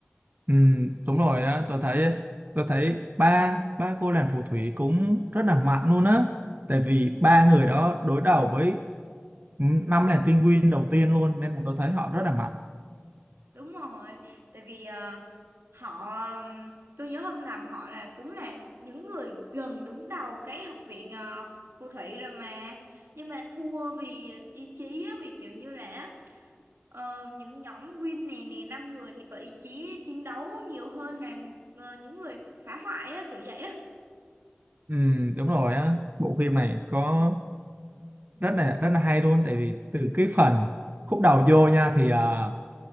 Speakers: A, on the right (about 50°); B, on the right (about 85°).
A: Ừ, đúng rồi á, tôi thấy tôi thấy ba ba cô nàng phù thủy cũng rất là mạnh luôn á. Tại vì ba người đó đối đầu với năm nàng tiên nguyên đầu tiên luôn nên là tôi thấy họ rất là mạnh.
B: Đúng rồi, tại vì ờ, họ ừm, tôi nhớ hôm nằm họ là cũng là những người gần đứng đầu cái học viện ờ, phù thủy rồi mà nhưng mà thua vì ý chí á, vì kiểu như là ờ, những nhóm Win này nè năm người thì có ý chí chiến đấu nhiều hơn là ờ, những người phá hoại á, kiểu vậy á
A: Ừ, đúng rồi á, bộ phim này có rất là rất là hay luôn tại vì từ cái phần khúc đầu vô nha thì à,